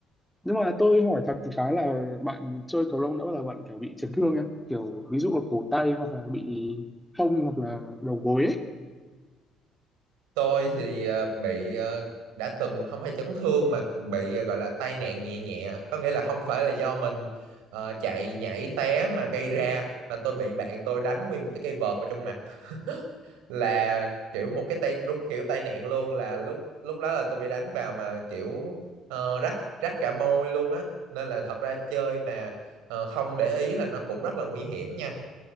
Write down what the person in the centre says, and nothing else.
Nhưng mà tôi hỏi thật một cái là bạn chơi cầu lông đã bao giờ bạn kiểu bị chấn thương nhá, kiểu ví dụ là cổ tay hoặc là bị hông hoặc là đầu gối ấy.